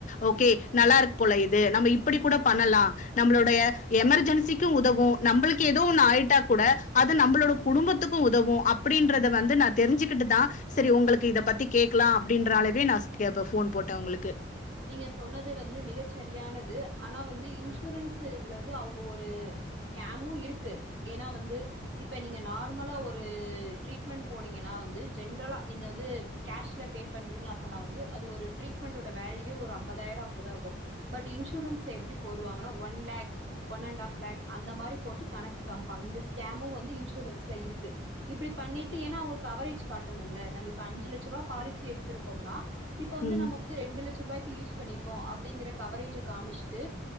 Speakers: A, on the left (about 40°); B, on the right (about 75°).
A: ஓகே நல்லாருக்கு போல இது நம்ம இப்டி கூடோ பண்ணலா நம்ளுடைய எமர்ஜென்சிக்கு உதவும் நம்பிளிகி எதோ ஒன்னு ஆய்டா கூட அது நம்பளோட குடும்பத்துக்கும் உதவும் அப்டின்றத வந்து நா தெரிஞ்சிகிட்டு தா செரி உங்களுக்கு இத பத்தி கேக்லா அப்டின்ற அழகு நா சொ இப்ப ஃபோன் போட்ட உங்ளுக்கு
B: நீங்க சொன்னது வந்து மிக செரியானது ஆனா வந் இது இன்சூரன்ஸு இதுல வந்து அவுங்க ஒரு ஸ்கேமு இருக்கு ஏனா வந்து இப்ப நீங்க நார்மலா ஒரு ட்ரீட்மென்ட் போனீங்கனா வந்து ஜென்ரலா நீங்க வந்து கேஷ்ல பே பண்றீங்க அப்பனா வந்து அது ஒரு ட்ரீட்மென்டோட வேல்யூ எப்டியு ஒரு அம்பதாயிரோ அப்டி தா இருக்கும் பட் இன்சூரன்ஸ் எப்டி போடுவாங்கனா one lakh one and half lakh அந்த மாரி போட்டு கணக் காம்ப் ஃபங்கஸ் ஸ்கேமு வந்து இன்சூரன்ஸ்ல இருக் கு இப்டி பண்ணிட்டு ஏனா அவுங்ளுக்கு கவரேஜ் காட்டணும்ல நம்ம இப்ப அஞ்சு லட்ச ரூபா பாலிசி எடுத்திருக்கோம்னா இப்ப வந்து
A: ம்
B: நமக்கு ரெண்டு லட் லட்ச ரூபாய்க்கி யூஸ் பண்ணிருக்கோ அப்டிங்ற கவரேஜ காமிச்ட்டு